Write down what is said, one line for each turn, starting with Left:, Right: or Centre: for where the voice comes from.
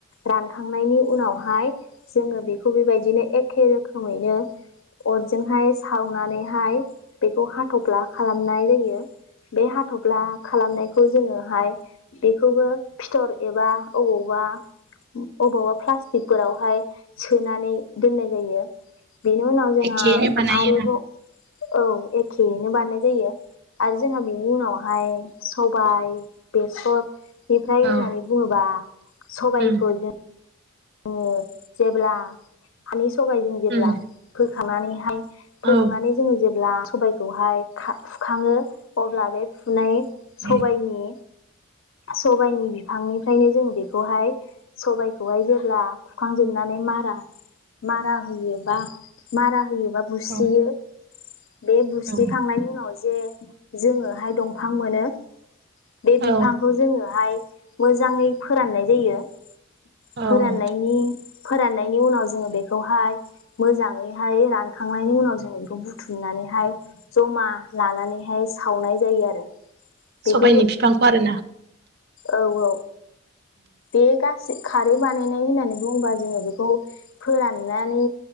Left: रानखांनायनि उनावहाय जोङो बे खौ बेबायदिनो एखे रो खोमैनो अरजोंहाय सावनानैहाय बेखौ हा थफ्ला खालामनाय जायो बे हाथ'फला खालामनाय खौ जोङोहाय बेखौबो फिथर एबा अबावबा अबावबा फ्लासटिक फोरावहाय सोनानै दोननाय जायो बेनि उनाव जोंहा
Right: एखेयैनो बानायोना
Left: आरोबाव औ एखेयैनो बानायनाय जायो। आरो जोंहा बिनि उनाव हाय। सबाइ। बेसरनिफ्राय
Right: औ
Left: होननानै बुङोबा सबाइखौ
Right: उम
Left: जों। जोङो जेब्ला <unintelligible> सबाइजों जेब्ला
Right: उम
Left: फो खांनानै हाय। फोखांनानै
Right: औ
Left: जोङो जे ब्ला सबाइखौहाय खा फुखाङो। अब्ला बे फुनाय
Right: औ
Left: सबाइनि। सबाइनि बिफांनिफ्रायनो जों बेखौहाय सबाइखौहाय जों बा खुखांजोबनानै मारा मारा होयोबा मारा होयो। बा बुस्रियो।
Right: औ
Left: बे बुस्रिखांनायनि
Right: औ
Left: उनाव जे। जोङोहाय दंफां मोनो। बे बिफांखौ
Right: औ
Left: जोङोहाय। मोजाङै फोराननाय जायो‌।
Right: औ
Left: फोराननायनि। फोराननायनि उनाव जोङो बेखौहाय मोजाङैहाय रानखांनायनि उनाव जोङो बेखौ बुथुमनानैहाय जमा लानानैहाय सावनाय जायो आरो। बेखौबो
Right: सबाइनि बिफांखौ आरोना।
Left: औ औ। बे गा खारै बानायनाय होननानै बुङोबा जोङो बेखौ फोराननानै